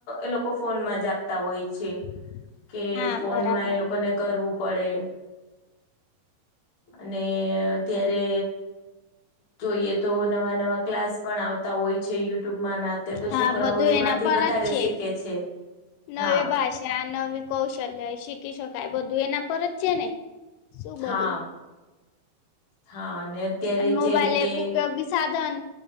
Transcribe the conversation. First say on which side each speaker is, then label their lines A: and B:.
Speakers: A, on the left; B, on the left.
A: એ લોકો ફોનમાં જ આપતા હોય છે.
B: <inaudible>
A: કે
B: હા
A: ફોનમાં
B: બરાબર
A: એ લોકોને કરવું પડે. અને ત્યારે જોઈએ તો, નવા નવા ક્લાસ પણ આવતા હોય છે યુટ્યુબમાં નાતે તો
B: હા
A: છોકરાઓ
B: બધું
A: એમાંથી
B: એના પર
A: વધારે
B: જ છે
A: શી ખે છે.
B: નવી
A: હા
B: ભાષા, નવી કૌશલ્ય શીખી શકાય. બધું એના પર જ છે ને શું બધું
A: હા હા અને અત્યારે
B: અને મોબાઈલ
A: જે રીતે
B: એક ઉપયોગી સાધન